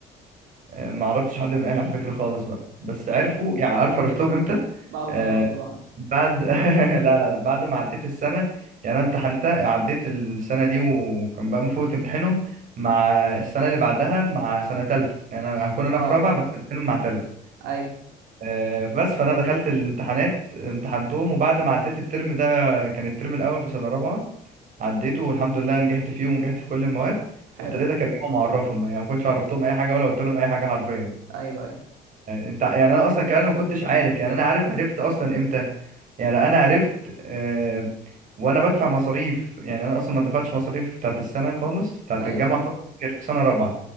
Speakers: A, on the right (about 50°); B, on the right (about 90°).
A: آه، ما عرفتش حد من الاهلي على فكره خالص بقى بس عرفوا يعني عارف عرفتهم امتى
B: بعد ما
A: آه
B: اتخرجت بقى مثلا
A: بعد <laughs> لا لا لا بعد ما عديت السنه يعني انا امتحنتها عديت السنه دي وكان بقى المفروض امتحنهم مع السنه اللي بعدها مع سنه تالته يعني انا هكون انا
B: اه
A: في رابعه بس امتحنهم مع تالته
B: ايوه
A: آه بس فانا دخلت الامتحانات امتحنتهم وبعد ما عديت الترم ده كان الترم الاول في سنه رابعه عديته والحمد لله نجحت فيه ونجحت في كل المواد
B: حلو
A: ابتديت اكلمهم واعرفهم بقى يعني ما كنتش عرفتهم اي حاجه ولا قلت لهم اي حاجه حرفيا
B: ايوه ايوه
A: يعني انت يعني انا اصلا كمان ما كنتش عارف يعني انا عارف عرفت اصلا امتى يعني انا عرفت آه وانا بدفع مصاريف يعني انا اصلا ما دفعتش مصاريف بتاعت السنه خالص بتاعت
B: ايوه
A: الجامعه
B: ايوه
A: خالص غير في سنه رابعه